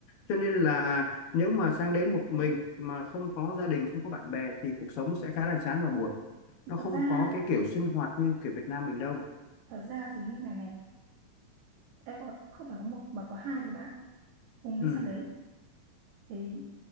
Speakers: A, on the left; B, on the right.
A: cho nên là nếu mà sang đấy một mình mà không có gia đình không có bạn bè thì cuộc sống sẽ khá là chán và buồn nó
B: Thật
A: không
B: ra
A: có
B: ấy,
A: cái kiểu sinh hoạt như kiểu Việt Nam mình đâu
B: thật ra thì như này này, em có không phải có một mà có hai đứa bạn cùng đi
A: ừ.
B: sang đấy thì